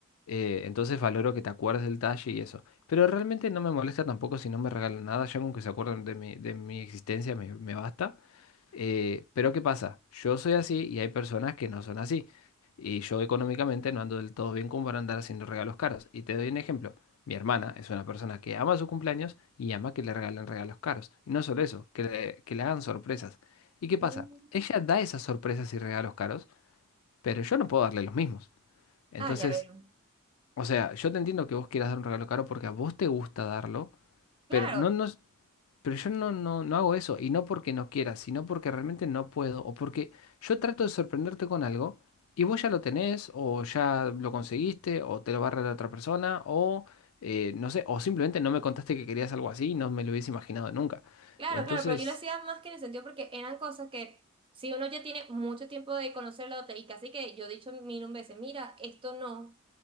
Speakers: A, on the left; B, on the right.
A: Eh, entonces valoro que te acuerdes del talle y eso. Pero realmente no me molesta tampoco si no me regalan nada. Ya con que se acuerden de mi, de mi existencia me, me basta. Eh, pero ¿qué pasa? Yo soy así y hay personas que no son así. Y yo económicamente no ando del todo bien como para andar haciendo regalos caros. Y te doy un ejemplo. Mi hermana es una persona que ama sus cumpleaños y ama que le regalen regalos caros. Y no solo eso, que le, que le hagan sorpresas. ¿Y qué pasa?
B: Mm.
A: Ella da esas sorpresas y regalos caros, pero yo no puedo darle los mismos. Entonces...
B: Ah, ya veo.
A: O sea, yo te entiendo que vos quieras dar un regalo caro porque a vos te gusta darlo,
B: Claro,
A: pero no, no, pero yo no, no, no hago eso, y no porque no quiera, sino porque realmente no puedo, o porque yo trato de sorprenderte con algo, y vos ya lo tenés, o ya lo conseguiste, o te lo va a regalar otra persona, o eh, no sé, o simplemente no me contaste que querías algo así y no me lo hubiese imaginado nunca.
B: Claro,
A: Entonces,
B: claro, pero yo lo hacía más que en el sentido porque eran cosas que si uno ya tiene mucho tiempo de conocer la otra y casi que yo he dicho mil un veces, mira, esto no,